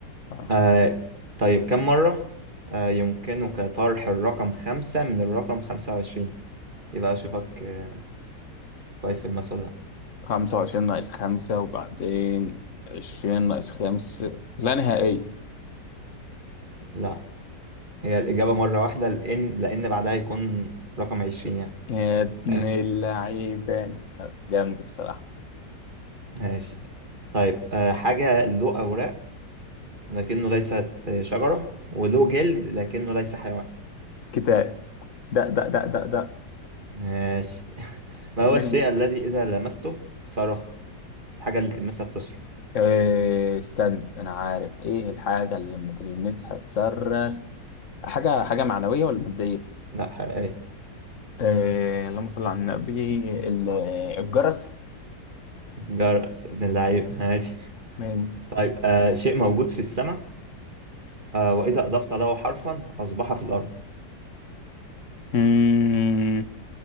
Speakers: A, on the left; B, on the right.
A: آه.
B: آه طيب كم مرة آه يمكنك طرح الرقم خمسة من الرقم خمسة وعشرين يبقى أشوفك آه كويس في الماس ولا لأ
A: 25 ناقص خمسة وبعدين 20 ناقص خمسة لا نهائية
B: لأ. هي الإجابة مرة واحدة لأن لأن بعدها يكون رقم عشرين يعني
A: يا ابن
B: فاهم
A: اللعيبة جامد الصراحة
B: ماشي طيب آه حاجة له أوراق لكنه ليست شجرة وله جلد لكنه ليس حيوان
A: كتاب ده ده ده ده ده
B: ماشي <laughs> ما
A: منك
B: هو الشيء الذي إذا لمسته صرخ الحاجة اللي تلمسها بتصرخ
A: إيه استنى انا عارف ايه الحاجة اللي لما تلمسها تصرخ حاجة حاجة معنوية ولا مادية؟
B: لا حقيقية
A: إيه اللهم صل على النبي ال- الجرس
B: جرس ابن اللعيب ماشي
A: من
B: طيب آه شيء موجود في السماء آه وإذا أضفت له حرفا أصبح في الأرض
A: مم.